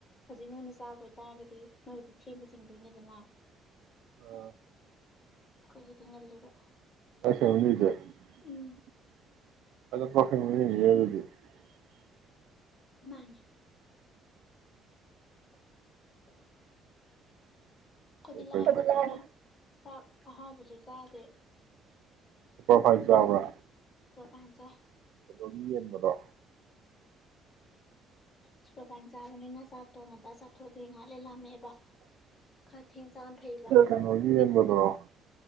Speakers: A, on the left; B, on the right.
A: ꯍꯧꯖꯤꯛ ꯅꯣꯏꯅ ꯆꯥꯕ ꯑꯣꯏꯇꯥꯔꯒꯗꯤ ꯅꯣꯏꯗꯤ ꯊꯦꯡꯕ ꯆꯤꯡꯗꯣꯏꯅꯤꯗꯅ
B: ꯑꯣ
A: ꯑꯩꯈꯣꯏꯒꯤꯗꯤ ꯉꯜꯂꯤꯕ
B: <unintelligible>
A: ꯎꯝ
B: <unintelligible>
A: ꯃꯥꯅꯦ <unintelligible> ꯑꯩꯈꯣꯏꯗꯤ
B: ꯐꯩ
A: ꯂꯥꯏꯔꯕꯅꯤꯅ
B: ꯐꯩ ꯐꯩ
A: ꯆꯥꯛ ꯑꯍꯥꯎꯕꯖꯨ ꯆꯥꯗꯦ
B: ꯁꯨꯄꯔ ꯐꯥꯏꯟ ꯆꯥꯕ꯭ꯔꯥ
A: ꯁꯨꯄꯔ ꯐꯥꯏꯟ ꯆꯥꯏ
B: ꯀꯩꯅꯣꯒꯤ ꯌꯦꯟꯕꯗꯣ
A: ꯁꯨꯄꯔꯐꯥꯏꯟ ꯆꯥꯕꯅꯤꯅ ꯆꯥꯛ ꯇꯣ ꯉꯟꯇ ꯆꯥꯛꯊꯣꯛꯑꯗꯤ ꯉꯍꯥꯛ ꯂꯩꯔ ꯂꯥꯝꯃꯛꯑꯦ ꯕ ꯈꯔ ꯊꯦꯡ ꯆꯥꯕꯅ ꯐꯩꯌꯦꯕ
B: ꯀꯩꯅꯣꯒꯤ ꯌꯦꯟꯕꯗꯨꯔꯣ